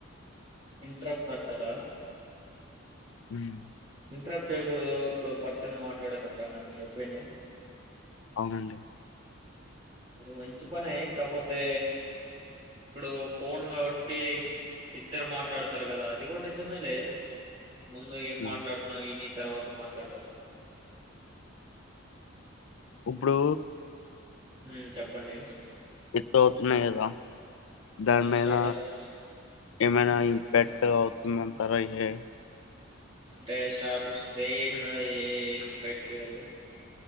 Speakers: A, on the right (about 30°); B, on the left (about 70°).
A: ఇంట్రప్ట్ అంటారా
B: ఉమ్
A: ఇంటర్ప్ట్ చేయకూడదు అప్పుడు పర్సన్ మాట్లాడేటప్పుడు అనా మీ ఒపీనియన్
B: అవునండి
A: అది మంచి పనే కాపోతే ఇప్పుడు ఫోన్ కాబట్టి ఇద్దరు మాట్లాడతారు కదా అది కూడా నిజమే లే ముందు ఏం
B: హ్మ్.
A: మాట్లాడుతున్నావు ఇని తర్వాత మాట్లాడం
B: ఇప్పుడు
A: ఉమ్ చెప్పండి
B: తోతున్నయ్ కదా దాని
A: ఆ
B: మీద
A: స్టార్టప్స్
B: ఏమైనా
A: అనే దాని
B: ఇంపాక్ట్
A: మీద
B: అవుతుందనా అరైహె
A: అంటే స్టార్టప్స్ దేని మీద ఏ ఏమి ఇంపాక్ట్ కాదు